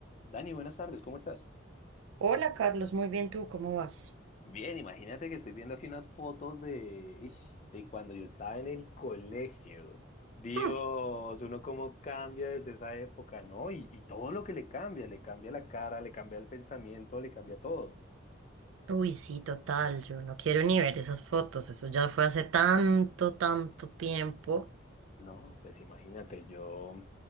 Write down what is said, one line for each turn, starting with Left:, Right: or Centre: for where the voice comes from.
Left: Dani, buenas tardes, ¿cómo estás?
Right: Hola Carlos, muy bien tú, ¿cómo vas?
Left: Bien, imagínate que estoy viendo aquí unas fotos de, ish, de cuando yo estaba en el colegio. Dios,
Right: Hmm.
Left: uno cómo cambia desde esa época, ¿no? Y, y todo lo que le cambia, le cambia la cara, le cambia el pensamiento, le cambia todo.
Right: Uy, sí, total, yo no quiero ni ver esas fotos, eso ya fue hace tanto, tanto tiempo.
Left: No, pues imagínate, yo,